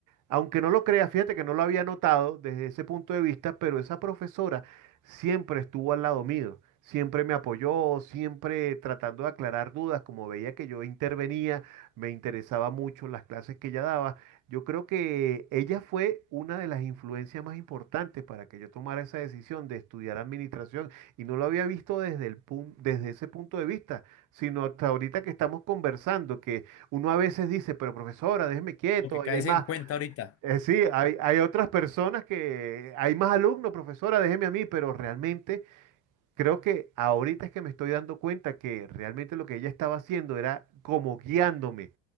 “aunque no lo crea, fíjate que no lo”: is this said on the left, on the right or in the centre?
Right